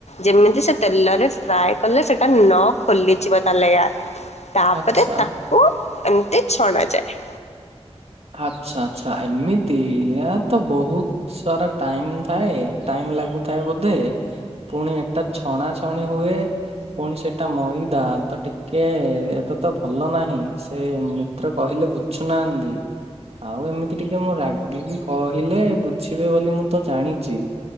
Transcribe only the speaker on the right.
ଆଚ୍ଛା।
ଆଛା ଆଚ୍ଛା ଏମିତି ଇଆ ତ ବହୁତ୍ ସାରା ଟାଇମ୍ ଥାଏ ଟାଇମ୍ ଲାଗୁଥାଏ ବୋଧେ। ପୁଣି ଏକଟା ଛଣା ଛଣି ହୁଏ। ପୁଣି ସେଟା ମଇଦା ତ ଟିକେ ଏ ତ ତ ଭଲ ନାହିଁ ସେ ଥର କହିଲେ ବୁଝୁନାହାନ୍ତି। ଆଉ ଏମିତି ଟିକେ ମୁଁ ରାଗିକି କହିଲେ ବୁଝିବେ ବୋଲି ମୁଁ ତ ଜାଣିଛି।